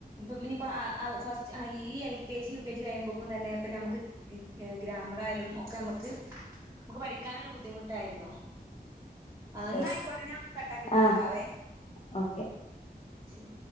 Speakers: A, on the right; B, on the left.
A: ഇനിയിപ്പൊ അ ഔ ഫസ്റ്റ് ഈ L K G U K G കഴിയുമ്പോക്കും തന്നെ ഇപ്പ നമുക്ക്.. ഗ് ഗ്രാമറായാലും ഒക്കെ നമുക്ക് നമുക്ക് പഠിക്കാനൊരു ബുദ്ധിമുട്ടായിരുന്നു. ആ എന്നാ
B: യെസ്
A: ആയിക്കോട്ടെഞൻ കട്ടാക്കിയിട്ട്
B: ആഹ്
A: വിളിക്കാവേ,
B: ഓക്കെ
A: ശരി